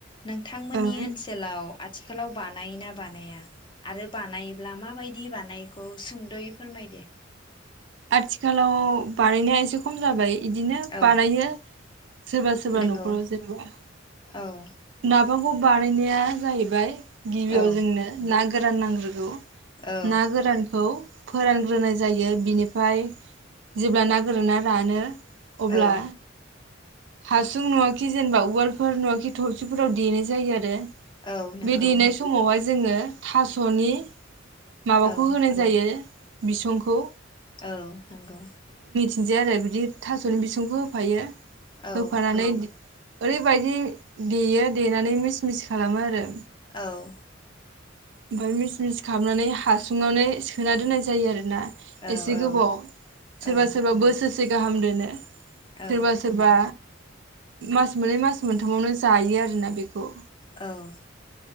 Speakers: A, on the left (about 25°); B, on the right (about 65°).
A: नोंथांमोननि
B: ओं
A: ओनसोलाव आथिखालाव बानायोना बानाया आरो बानायोब्ला माबायदि बानायोखौ सुंद'यै फोरमायदे।
B: आथिखालाव बानायनाया एसे खम जाबाय। इदिनो बानायो
A: औ
B: सोरबा सोरबा
A: नंगौ
B: न'खराव जेनेबा।
A: औ।
B: नाफांखौ बानायनाया जाहैबाय गिबियाव
A: औ
B: जोंनो नागो राननांगोन।
A: औ
B: ना गोरानखौ फोरानग्रोनाय जायो बिनिफ्राय जेब्ला ना गोराना रानो। अब्ला।
A: औ
B: हासुंं नङा कि जेनेबा उवालफोर नङा कि थौसिफोराव देनाय जायो आरो।
A: औ नंगौ
B: बेदिनाय समावहाय जोङो थास'नि माबाखौ
A: औ
B: होनाय जायो। बिसंखौ।
A: औ नंगौ।
B: बिदि आरो बिदि थास'नि बिसंखौ होफायो।
A: औ
B: होफानानै। ओरै बायदि। देयो देनानै मिस मिस खालामो आरो।
A: औ।
B: ओमफ्राय मिस मिस खालामनानै हासुंङावनो सोनानै दोननाय जायो आरो।
A: औ
B: एसे
A: औ
B: गोबाव सोरबा
A: औ
B: सोरबा बोसोर से। गाहाम दोनो। सोरबा
A: औ
B: सोरबा। मास मोननै मास मोनथामावनो जायो आरोना बेखौ।
A: औ